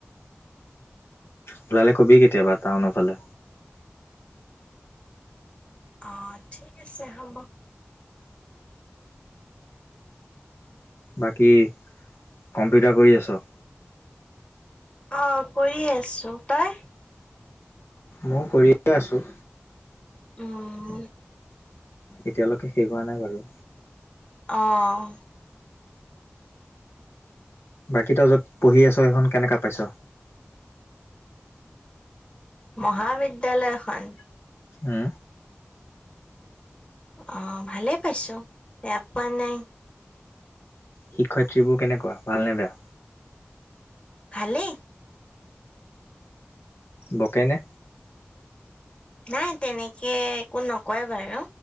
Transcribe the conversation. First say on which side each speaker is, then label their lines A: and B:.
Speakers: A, on the left (about 75°); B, on the left (about 30°).
A: ওলালে কবি কেতিয়াবা টাউনফালে।
B: আঃহ ঠিক আছে হ'ব।
A: বাকী, কম্পিউটাৰ কৰি আছ।
B: অঁ কৰি আছো তই।
A: মই কৰিয়ে আছোঁ।
B: উম।
A: এতিয়ালৈকে শেষ হোৱা নাই বাৰু।
B: অঁ!
A: বাকী তই, য'ত পঢ়ি আছ সেইখন কেনেককা পাইছ।
B: মহাবিদ্যালয়খন।
A: হে।
B: আঁহ ভালেই পাইছো, বেয়া পোৱা নাই।
A: শিক্ষয়িত্ৰী বোৰ কেনেকুৱা ভাল নে বেয়া।
B: ভালে।
A: বকেই নে!
B: নাই তেনেকে একো নকয় বাৰু